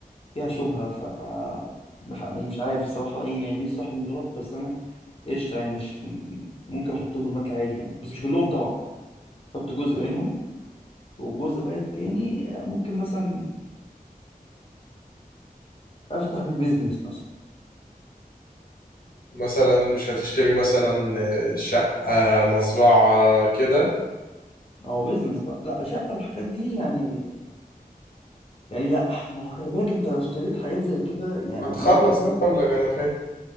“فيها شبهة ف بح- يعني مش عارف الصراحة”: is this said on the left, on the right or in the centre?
Left